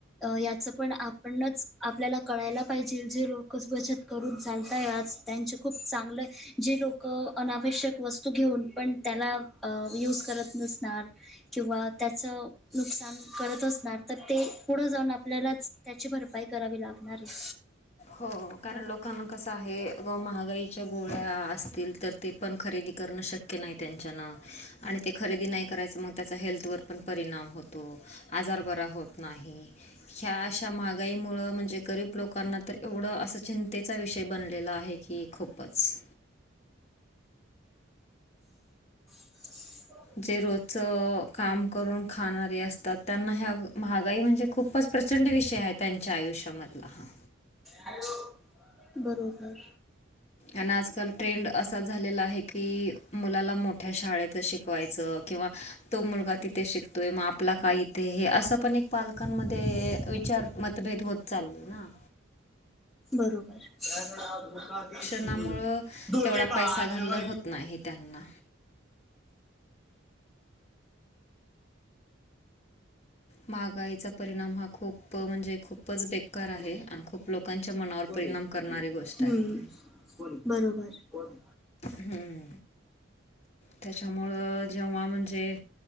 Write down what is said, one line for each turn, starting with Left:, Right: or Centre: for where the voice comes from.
Centre: याचं पण आपणच आपल्याला कळायला पाहिजेल, जे लोकच बचत करून चालतय आज. त्यांचे खूप चांगले- जे लोक अनावश्यक वस्तू घेऊन पण त्याला यूज करत नसणार- किंवा त्याचं- नुकसान करत असणार तर, ते पुढं जाऊन आपल्यालाच त्याची भरपाई करावी लागणार आहे.
Left: हो, कारण लोकांना कसं आहे, एकदम महागाईच्या गोळ्या असतील तर- ते पण खरेदी करणं शक्य नाही त्यांच्यान. आणि ते खरेदी नाही करायचं मग, त्याचा हेल्थवर पण परिणाम होतो. आजार बरा होत नाही, ह्या अशा महागाईमुळ म्हणजे गरीब लोकांना तर- एवढं असा चिंतेचा विषय बनलेला आहे की खूपच.
Centre: ह <unintelligible>
Left: जे रोजच काम करून खाणारे असतात, त्यांना ह महागाई म्हणजे खूपच- प्रचंड विषय आहे त्यांच्या आयुष्यामधला हा.
Centre: हॅो <unintelligible> बरोबर.
Left: अन आजकाल ट्रेंड असा झालेला आहे की, मुलाला मोठ्या शाळेतच शिकवायचं किंवा- तो मुलगा तिथे शिकतोये, मग आपला का इथे हे असं पण एक पालकांमध्ये विचार मतभेद होत- चाले ना.
Centre: बरोबर <unintelligible>
Left: ऊनामुळे मुळ
Centre: धोकेबाज
Left: तेवढा पैसा घालन
Centre: बाई
Left: होत नाही त्यांना. महागाईचा परिणाम हा खूप म्हणजे खूपच बेकार आहे
Centre: कोण
Left: आणि खूप- लोकांच्या मनावर
Centre: कोण
Left: परिणाम
Centre: येत होत?
Left: करणारी गोष्ट
Centre: हम्म.
Left: आहे.
Centre: कोण बरोबर. कोण
Left: हम्म <inaudible> त्याच्यामुळं जेव्हा म्हणजे-